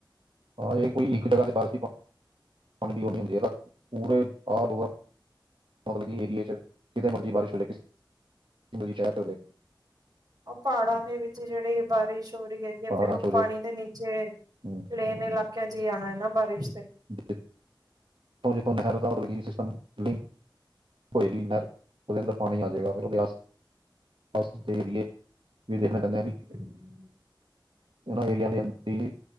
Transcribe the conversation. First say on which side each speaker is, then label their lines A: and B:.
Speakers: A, on the right; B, on the right.
A: ਹਾਂ, ਇਹ ਕੋਈ ਇੱਕ ਜਗ੍ਹਾ ਤੇ ਬਾਰਸ਼ ਪਾਣੀ ਉਹ ਨ ਹੁੰਦੀ ਪੂਰੇ ਆ। ਮਤਲਬ ਕਿ ਏਰੀਏ 'ਚ' ਕਿਸੇ ਮਰਜ਼ੀ ਬਾਰਿਸ਼ ਹੋ ਜਾਵੇ। ਮਰਜ਼ੀ ਸ਼ਹਿਰ 'ਚ' ਹੋ ਜਾਵੇ।
B: ਉਹ ਪਹਾੜਾਂ ਦੇ ਵਿੱਚ ਜਿਹੜੀ ਬਾਰਿਸ਼ ਹੋ ਰਹੀ ਹੈਗੀ ਆ।
A: ਪਹਾੜਾਂ
B: ਫਿਰ ਉਹ
A: 'ਚ ਹੋ
B: ਪਾਣੀ
A: ਜਾਏ
B: ਦੇ ਨੀਚੇ
A: ਹਮ,
B: ਜਿਹੜੇਨ ਇਲਾਕਿਆਂ 'ਚ' ਹੀ ਆਣਾ ਨਾ ਬਾਰਿਸ਼ ਤੇ।
A: ਜ ਜਿੱਥੋਂ ਨਹਿਰ ਦਾ ਮਤਲਬ ਕਿ ਸਿਸਟਮ, ਲਿੰਕ ਹੋਏਗੀ ਨਹਿਰ। ਉਹਦੇ ਅੰਦਰ ਪਾਣੀ ਆ ਜਾਏਗਾ। ਫਿਰਸ ਦੇ ਏਰੀਏ ਵੀ, ਦੇਖਣੇ ਪੈਂਦੇ ਆ ਵੀ।
B: ਤੇ
A: ਇਹਨਾਂ ਏਰੀਆ ਦੇ ਅ